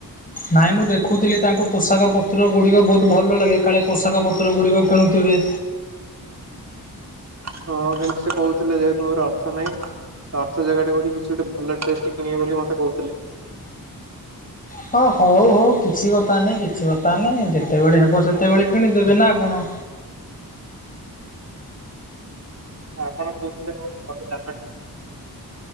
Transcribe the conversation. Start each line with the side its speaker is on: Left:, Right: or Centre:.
Left: ନାଇଁ ମୁଁ ଦେଖୁଥିଲି ତାଙ୍କୁ ପୋଷାକ ପତ୍ର ଗୁଡିକ ବହୁତ ଭଲ ଲାଗେ କାଳେ ପୋଷାକ ପତ୍ର ଗୁଡିକ କିଣୁଥିବେ।
Right: ହଁ କିନ୍ତୁ ସେ କହୁଥିଲେ ଯେହତୁର ଅର୍ଥ ନାହିଁ ଅର୍ଥ ଜାଗା ଟେ କିଛି ଗୋଟେ ଭଲ ଟେଷ୍ଟ କିଣିବେ ବୋଲି ମତେ କହୁଥିଲେ।
Left: ହଁ ହଉ ହଉ କିଛି କଥା ନହିଁ କିଛି କଥା ନାଇଁ ଯେତେବେଳେ ହେବ ସେତେବେଳେ କିଣିଦେବେ ନା କଣ।
Right: ଆପଣ କୋଉଥିରେ କଣ <unintelligible>